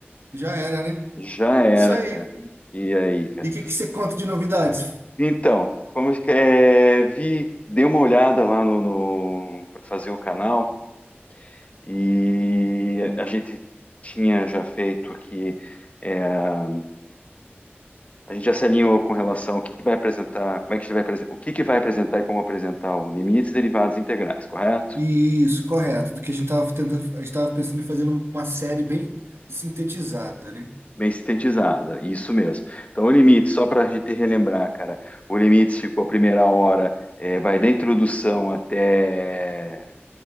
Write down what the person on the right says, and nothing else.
já era, né?
Isso aí.
E o que, que você conta de novidades?
Isso, correto. Do que a gente estava tentando, a gente estava pensando em fazer uma série bem sintetizada, né?